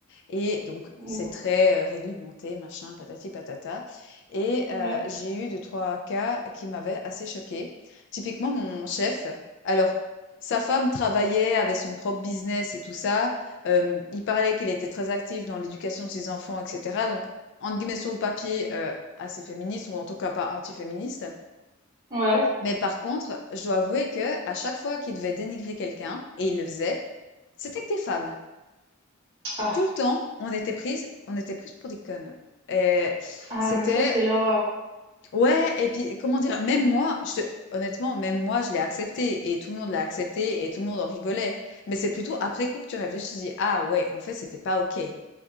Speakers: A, on the left; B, on the right.
A: et donc
B: Ou-
A: c'est très, heu, réglementé, machin, patati patata et
B: Ouais,
A: heu, j'ai eu deux trois cas qui m'avaient assez choquée. Typiquement, mon chef, alors sa femme travaillait, avait son propre business et tout ça Hem, il parlait qu'il était très actif dans l'éducation de ses enfants et cetera, donc entre guillemets «sur le papier», heu, assez féministe ou en tout cas pas antiféministe.
B: ouais.
A: Mais par contre, je dois avouer que à chaque fois qu'il devait dénigrer quelqu'un, et il le faisait, c'était que des femmes.
B: Ah,
A: Tout le temps, on était prises on était prises pour des connes. Et
B: ah
A: c'était
B: mais ça, c'est l'horreur.
A: ouais et puis comment dire? Même moi, je te honnêtement, même moi, je l'ai accepté et tout le monde l'a accepté et tout le monde en rigolait. Mais c'est plutôt après coup que tu réfléchis, tu dis: «Ah ouais, en fait, c'était pas OK».